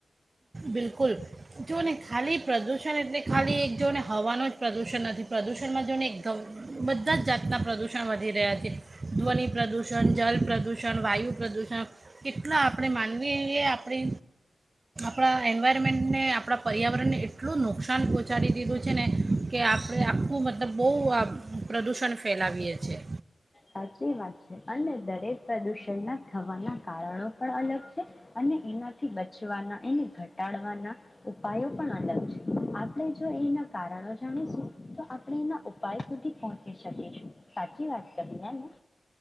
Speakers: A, on the right (about 40°); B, on the left (about 30°).
A: બિલકુલ જો ને ખાલી પ્રદૂષણ એટલે ખાલી એક જો ને હવાનું જ પ્રદૂષણ નથી પ્રદૂષણમાં જો ને એકદમ બ બધા જ જાતના પ્રદૂષણ વધી રહ્યા છે. ધ્વનિ પ્રદૂષણ, જલ પ્રદૂષણ ષણ, વાયુ પ્રદૂષણ કેટલા આપણે માનવીએ આપડે આપણા એન્વાયરમેન્ટને આપણા પર્યાવરણને એટલું નુકસાન પહોંચાડી દીધું છે ને, કે આપણે આખું મતલબ બહુ આ પ્રદૂષણ ફેલાવીએ છીએ.
B: સાચી વાત છે અને દરેક પ્રદૂષણના થવાના કારણો પણ અલગ અને એનાથી બચવાના એને ઘટાડ ના ઉપાયો પણ અલગ છે. આપડે જો એના કારણો જાણીશું તો આપણે એના ઉપાય સુધી પહોંચી શકીશું. સાચી વાત કરીને મૈ.